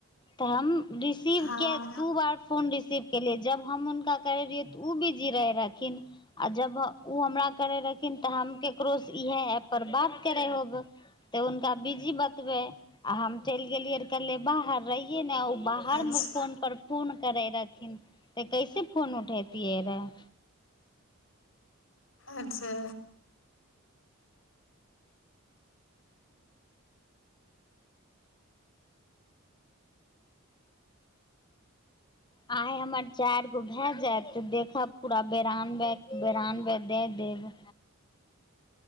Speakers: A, on the left; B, on the left.
A: तऽ हम रिसीव
B: हँ
A: के दू बार फोन रिसीव केलियै जब हम हुनका करै रहियै तऽ ओ बिजी रहै रहथिन आओर जब ओ हमरा करै रहथिन तऽ हम ककरोसँ इएह ऐपपर बात करै होब तऽ हुनका बिजी बतबै आ हम चलि गेलियै र कल्े बाहर रहियै ने ओ बाहरमे
B: अच्छा
A: फोन परर फोन करै रहथिन तऽ कैसे फोन उठेैतियै रहऽ
B: अच्छा
A: आइ हमर चारि गो भए जायत तऽ देखब पूरा बेरानबे बेरानबे दए देब